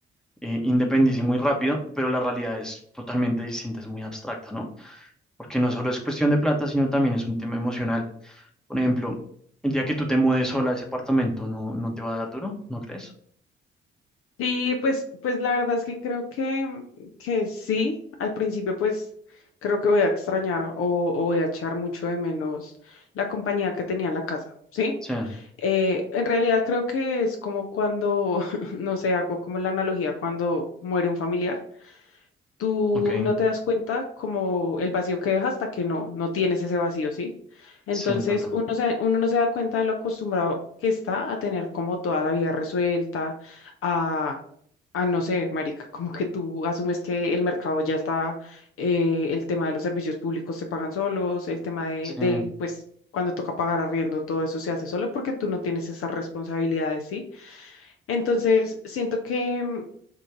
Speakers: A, in the centre; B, on the left (about 50°).
A: eh, independísimo y muy rápido, pero la realidad es totalmente distinta, es muy abstracta, ¿no? Porque no solo es cuestión de plata, sino también es un tema emocional. Por ejemplo, el día que tú te mudes sola a ese apartamento, ¿no, no te va a dar duro? ¿No crees?
B: Sí, pues, pues la verdad es que creo que, que sí. Al principio, pues creo que voy a extrañar o, o voy a echar mucho de menos la compañía que tenía en la casa, ¿sí?
A: Sí,
B: Eh, en realidad creo que es como cuando, <laughs> no sé, hago como la analogía cuando muere un familiar tú
A: ok,
B: no te das cuenta como el vacío que deja hasta que no, no tienes ese vacío, ¿sí? Entonces
A: sí, es verdad.
B: uno, se- uno no se da cuenta de lo acostumbrado que está a tener como toda la vida resuelta, a, a no sé, marica, como que tú asumes que el mercado ya está, eh, el tema de los servicios públicos se pagan solos, el tema de,
A: Sí,
B: del, pues, cuando toca pagar arriendo, todo eso se hace solo porque tú no tienes esas responsabilidades, ¿sí? Entonces, siento que mm,